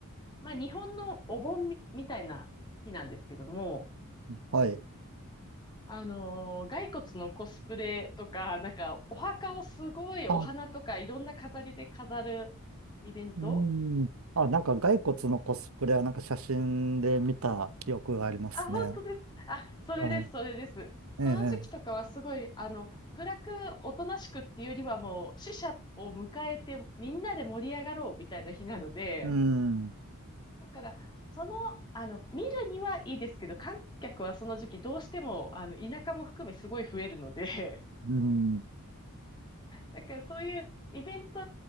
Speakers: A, on the left; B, on the right.
A: まあ日本のお盆み、みたいな日なんですけども、
B: はい。
A: あの、骸骨のコスプレとか、なんかお墓をすごいお花とかいろんな飾りで飾るイベント
B: あ、うん。あ、なんか骸骨のコスプレはなんか写真で見た記憶がありますね。
A: あ、本当ですか。あ、それです、
B: はい。
A: それです。その時期とかはすごい、
B: ええ、ええ
A: あの、暗く、おとなしくっていうよりはもう、死者を迎えて、みんなで盛り上がろうみたいな日なので、
B: うん。
A: だから、その、あの、見るにはいいですけど、観客はその時期どうしても、あの、田舎も含めすごい増えるので、
B: うん。
A: だからそういうイベント